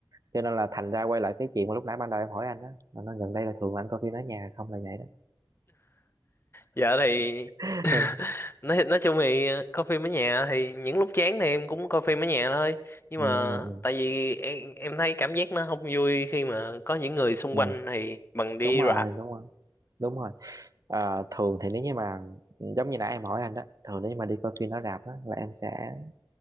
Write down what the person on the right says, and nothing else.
cho nên là thành ra quay lại cái chuyện mà lúc nãy ban đầu em hỏi anh đó là nó gần đây là thường là anh coi phim ở nhà không là vậy đó
<laughs>
ừ,
ừ,
ừ.
ừ.
đúng rồi
đúng rồi đúng rồi à, thường thì nếu như mà ừ, giống như nãy em hỏi anh đó thường nếu như mà đi coi phim ở rạp á là em sẽ